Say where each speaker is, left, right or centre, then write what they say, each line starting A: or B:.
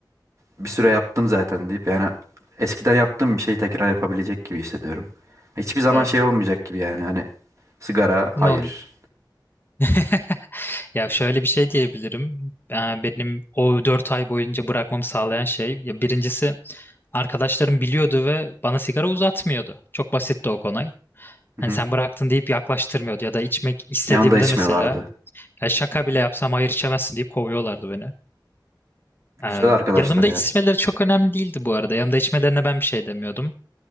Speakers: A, on the right; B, on the left.
A: bir süre yaptım zaten deyip yani eskiden yaptığım bir şeyi tekrar yapabilecek gibi hissediyorum. Hiçbir zaman
B: ya
A: şey olmayacak gibi yani. Hani sigara hayır.
B: ne ol <laughs> Ya şöyle bir şey diyebilirim. Ee, Benim o 4 ay boyunca bırakmamı sağlayan şey, ya birincisi arkadaşlarım biliyordu ve bana sigara uzatmıyordu. Çok basitti o konu. Hani
A: Hı hı.
B: sen bıraktın deyip yaklaştırmıyordu ya da içmek istediğimde
A: Yanında içmiyorlardı.
B: mesela ya şaka bile yapsam hayır içemezsin deyip kovuyorlardı beni. Ee,
A: Güzel arkadaşlar
B: yanımda
A: ya.
B: içmeleri çok önemli değildi bu arada. Yanımda içmelerine ben bir şey demiyordum.